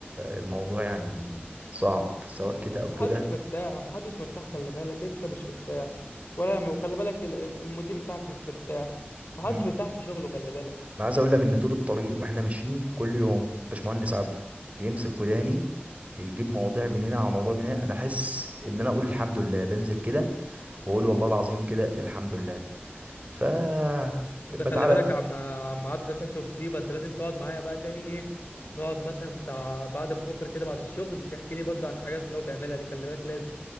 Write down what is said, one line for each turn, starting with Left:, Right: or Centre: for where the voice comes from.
Right: الموضوع يعني صعب سواء كده او
Left: محدش
Right: كده
Left: مرتاح محدش مرتاح خلي بالك انت مش مرتاح ولا وخلي بالك ال- ال- المدير بتاعك مش مرتاح محدش
Right: مم.
Left: مرتاح في شغله خلي بالك
Right: انا عايز اقول لك ان طول الطريق واحنا ماشيين كل يوم الباشمهندس عبده بيمسك وداني يجيب مواضيع من هنا على مواضيع من هنا انا احس ان انا اقول الحمد لله بنزل كده واقول والله العظيم كده الحمد لله ف بتعالى
Left: ده خلي بالك عم عم عبد ده شكله مصيبه انت لازم تقعد معايا بقى تاني ايه نقعد مثلا بتاع بعد بكره كده بعد الشغل تحكي لي برضه عن حاجات اللي هو بيعملها دي خلي بالك لازم